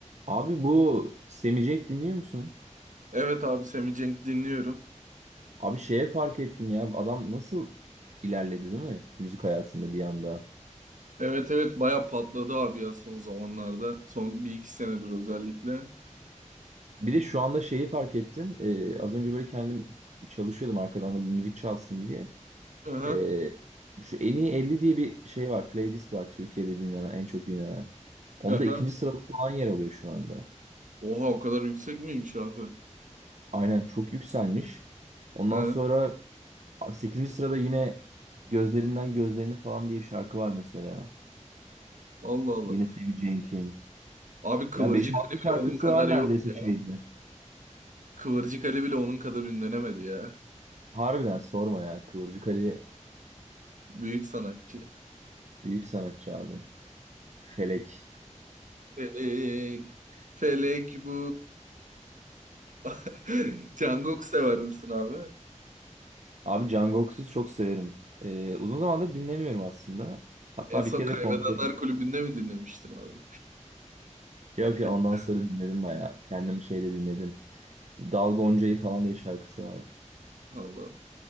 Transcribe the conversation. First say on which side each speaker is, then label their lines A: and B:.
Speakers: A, on the right (about 65°); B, on the right (about 80°).
A: Abi bu Semicek dinliyor musun?
B: Evet abi Semi Cenk dinliyorum.
A: Abi şeye fark ettim ya adam nasıl ilerledi değil mi? Müzik hayatında bir anda.
B: Evet evet baya patladı abi ya son zamanlarda. Son bir iki senedir özellikle.
A: Bir de şu anda şeyi fark ettim. Ee, az önce böyle kendim çalışıyordum arkadan da bir müzik çalsın diye.
B: Aha,
A: Ee, şu en iyi 50 diye bir şey var. Playlist var Türkiye'de dinlenen en çok dinlenen. Onda
B: aha.
A: ikinci sırada falan yer alıyor şu anda.
B: Oha o kadar yüksek miymiş abi?
A: Aynen çok yükselmiş. Ondan
B: Hı,
A: sonra sekizinci sırada yine Gözlerinden Gözlerini falan diye bir şarkı var mesela.
B: Allah Allah.
A: Yine Semih kim
B: Abi Kıvırcık
A: Ya beş altı
B: Ali
A: şarkısı
B: bile onun kadar
A: var
B: yok
A: neredeyse
B: ya.
A: şeyinde.
B: Kıvırcık Ali bile onun kadar ünlenemedi ya.
A: Harbiden sorma ya. Kıvırcık Ali
B: Büyük sanatçı.
A: büyük sanatçı abi. Felek.
B: Felek. Felek bu. <laughs> Jungkook sever misin abi?
A: <laughs> Abi Can çok severim. Ee, uzun zamandır dinlemiyorum aslında. Hatta
B: En son
A: bir kere
B: Kaybedenler
A: de konserim.
B: Kulübü'nde mi dinlemiştin abi? <laughs>
A: Yok ya ondan sonra dinledim bayağı. Kendim şeyde dinledim. Dal Gonca'yı falan diye bir şarkısı var.
B: Allah.